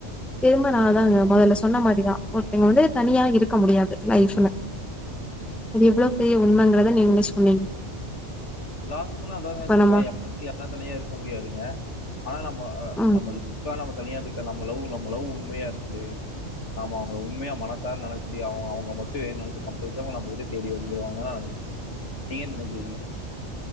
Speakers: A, in the centre; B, on the left.
A: திரும்ப நா
B: ம்
A: அதா மொதல்ல சொன்னா மாரிதா ஒருத்தங்க வந்து தனியா இருக்க முடியாது லைஃப்ல அது எவ்ளோ பெரிய உண்மைங்கறத நீங்களே சொன்னீங்க
B: எல்லாத்துக்கு நா அதாங்க
A: இப்ப
B: சொல்றே
A: நம்ம
B: <unintelligible> இருக்க முடியாதுங்க ஆனா நம்ம அ
A: ம்.
B: நம்ம <unintelligible> நம்ம கல்யாணத்துக்க நம்ம லவ் நம்ம லவ் உண்மையா இருந்து நாம அவங்கள உண்மையா மனசால நெனச்சி அவங்க அவங்க மட்டும் வேனு நெனைச்சு கம்பல்ச நம்மகிட்ட தேடி வந்துருவாங்க நீங்க என்ன நெனக்கிறீங்க